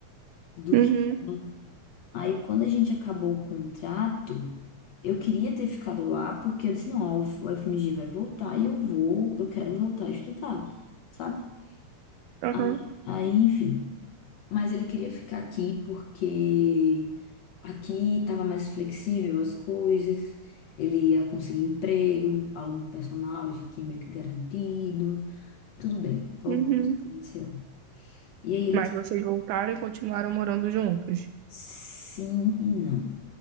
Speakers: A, on the left (about 65°); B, on the right (about 80°).
A: Do
B: Uhum,
A: que lá. Aí quando a gente acabou o contrato, eu queria ter ficado lá porque eu disse, não, ó, o FMG vai voltar e eu vou, eu quero voltar a estudar, sabe?
B: aham,
A: Aí, aí, enfim. mas ele queria ficar aqui porque aqui estava mais flexível as coisas, ele ia conseguir emprego, aluno do personal, já tinha meio que garantido, tudo bem, voltamos
B: uhum.
A: para Maceió. E aí ele
B: Mas
A: disse
B: vocês voltaram e continuaram morando juntos.
A: sim e não.